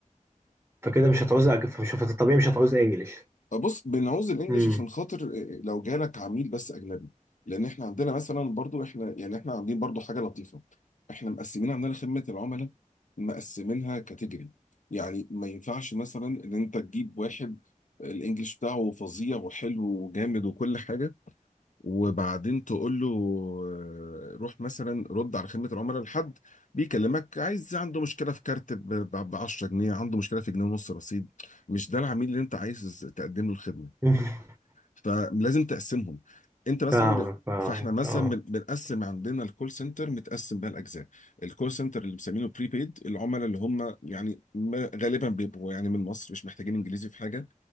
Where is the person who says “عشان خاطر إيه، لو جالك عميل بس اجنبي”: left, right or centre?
Left